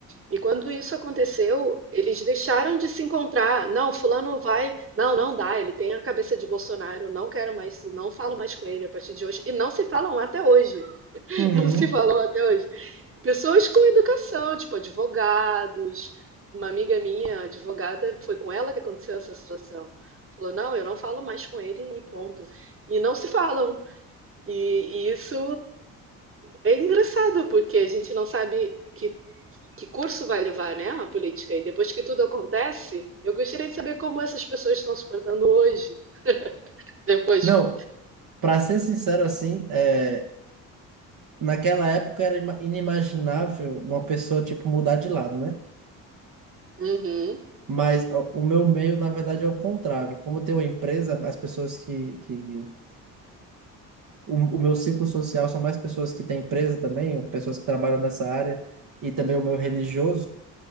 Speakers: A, on the right; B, on the right.
A: E quando isso aconteceu, eles deixaram de se encontrar. Não, fulano vai. Não, não dá. Ele tem a cabeça de Bolsonaro. Não quero mais. Não falo mais com ele a partir de hoje. E não se falam até hoje. <laughs>
B: uhum.
A: Não se falam até hoje. Pessoas com educação, tipo advogados. Uma amiga minha, advogada, foi com ela que aconteceu essa situação. Falou, não, eu não falo mais com ele e ponto. E não se falam. E, e isso é engraçado, porque a gente não sabe que que curso vai levar, né, a política? E depois que tudo acontece, eu gostaria de saber como essas pessoas estão se portando hoje. Depois.
B: Não, para ser sincero assim, é, naquela época era ima- inimaginável uma pessoa tipo mudar de lado, né?
A: Uhum.
B: Mas ó, o meu meio, na verdade, é o contrário. Como eu tenho uma empresa, as pessoas que, que... O, o meu ciclo social são mais pessoas que têm empresa também, pessoas que trabalham nessa área, e também o meu religioso.